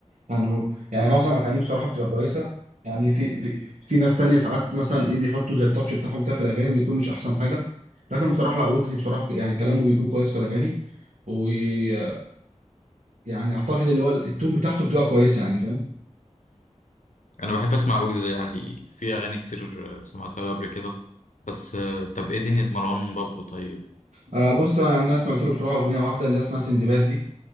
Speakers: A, on the right; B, on the left.
A: يعني هو يعني معظم اغانيه بصراحه بتبقى كويسه يعني في في في ناس تانية ساعات مثلا ايه بيحطوا زي التاتش بتاعهم كده في الاغاني بيكون مش احسن حاجه لكن بصراحه لا ويجز بصراحه يعني كلامه بيكون كويس في الاغاني ويعني اعتقد اللي هو التون بتاعته بتبقى كويسه يعني فاهم
B: انا بحب اسمع ويجز يعني في اغاني كتير آه، سمعتها له قبل كده بس آه، طب ايه دنيا مروان بابلو طيب
A: آه بص انا يعني أنا سمعت له بصراحه اغنيه واحده اللي هي اسمها سندباد دي